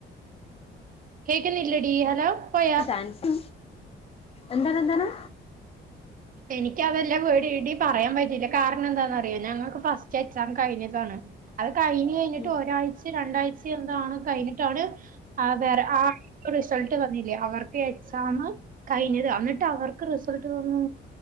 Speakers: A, on the right (about 45°); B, on the left (about 30°).
A: കേക്ക്നില്ലടി ഹലോ പോയ.
B: ചാൻസ് എന്താണ് എന്താണ്?
A: എനിക്ക് അതെല്ല പേടി ഇടിം പറയാൻ പറ്റില്ല കാരണം എന്താന്നറിയോ ഞങ്ങൾക്ക് ഫസ്റ്റ് എക്സാമ് കഴിഞ്ഞതാണ് അത് കഴിഞ്ഞ് കഴിഞ്ഞിട്ട്
B: ഉം
A: ഒരാഴ്ചെ രണ്ടാഴ്ചെ എന്താണ് കഴിഞ്ഞ്ട്ടാണ് ആഹ് വേറെ ആ റിസൾട്ട് വന്നില്ലേ അവർക്ക് എക്സാമ് കഴിഞ്ഞതാ എന്നിട്ട് അവർക്ക് റിസൾട്ട് വന്ന്